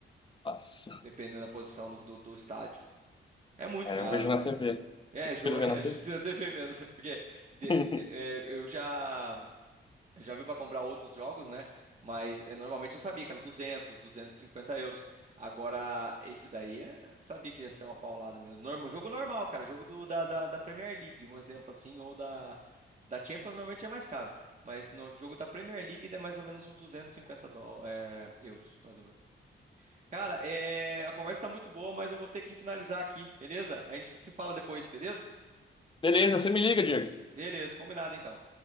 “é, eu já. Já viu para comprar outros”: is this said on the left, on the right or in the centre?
Right